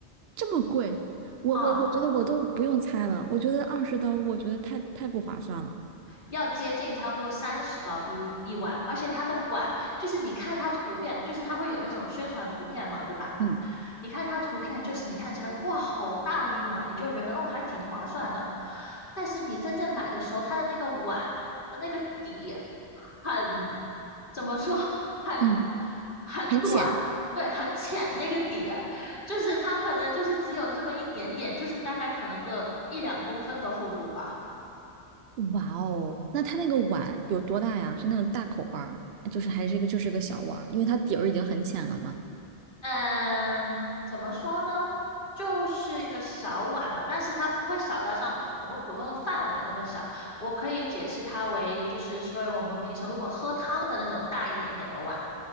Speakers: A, on the right (about 70°); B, on the left (about 50°).
A: 这么贵！我我我觉得我都不用猜了，
B: 啊、
A: 我觉得二十刀，我觉得太太不划算了。
B: 要接近差不多三十到一一碗，而且它的碗就是你看它图片，就是它会有那种宣传图片嘛，对吧？
A: 嗯，
B: 你看它图片，就是你看起来哇，好大一碗，你就觉得哦，还挺划算的。但是你真正买的时候，它的那个碗的那个底很，怎么说，<laughs> 很
A: 嗯，
B: 很短，
A: 很浅。
B: 对，很浅那个底，就是它可能就是只有这么一点点，就是大概可能个一两公分的厚度吧。
A: 哇哦，那它那个碗有多大呀？是那种大口碗儿，就是还是一个就是个小碗儿，因为它底儿已经很浅了嘛。
B: 嗯，怎么说呢？就是一个小碗吧，但是它不会小到像我们普通的饭碗那么小。我可以解释它为，就是说我们平时如果喝汤的那种大一点点的碗，